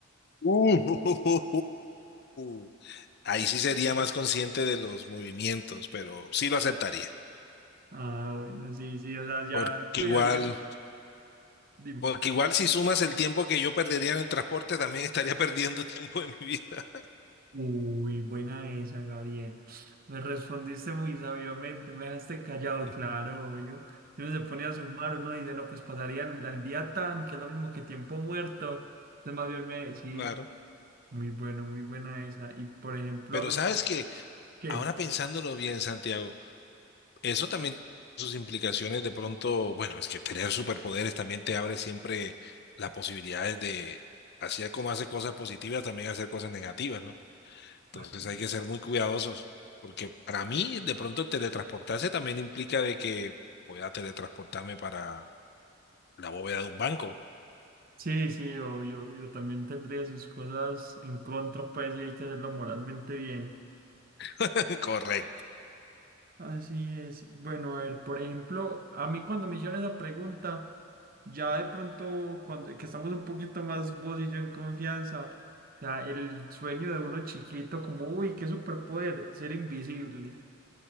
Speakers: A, on the left; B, on the right.
A: Uh, <laughs> Ahí sí sería más consciente de los movimientos, pero sí lo aceptaría,
B: Ah, bueno, sí, sí, o sea, ya
A: porque
B: cuidarías.
A: igual...
B: Dime.
A: Porque igual si sumas el tiempo que yo perdería en el transporte, también estaría <laughs> perdiendo tiempo de mi vida.
B: Uy, buena esa, Gabriel. Me respondiste muy sabiamente, me dejaste callado,
A: <laughs>
B: claro, obvio. Si uno se pone a sumar, uno dice, no, pues pasaría el el día tan, que es lo mismo que tiempo muerto. Entonces, más bien me, sí,
A: Claro.
B: muy bueno, muy buena esa. Y por ejemplo,
A: Pero sabes que
B: ¿qué?
A: ahora pensándolo bien, Santiago, eso también tiene sus implicaciones de pronto, bueno, es que tener superpoderes también te abre siempre las posibilidades de, así como hacer cosas positivas, también hacer cosas negativas, ¿no? Entonces
B: Ah, sí,
A: hay que ser muy cuidadosos, porque para mí de pronto el teletransportarse también implica de que pueda teletransportarme para la bóveda de un banco.
B: sí, sí, obvio, obvio, también tendría sus cosas en contra, pues, y hay que hacerlo moralmente bien.
A: <laughs> Correcto.
B: Así es. Bueno, a ver, por ejemplo, a mí cuando me hicieron esa pregunta, ya de pronto, cuando que estamos un poquito más vos y yo en confianza, ya el sueño de uno chiquito, como, uy, qué superpoder, ser invisible.